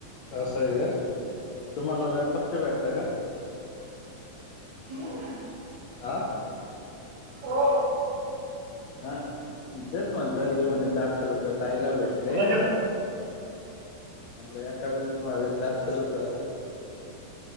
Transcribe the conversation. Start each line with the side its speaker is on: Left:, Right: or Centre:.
Left: <inaudible> असं आहे का तुम्हाला रॅफरचे भेटत का?
Right: हम्.
Left: आ
Right: हो.
Left: हा तेच म्हणलं ह म्ह चारशे रुपये ताई ला भेटले.
Right: नाही हो
Left: ारशपर असत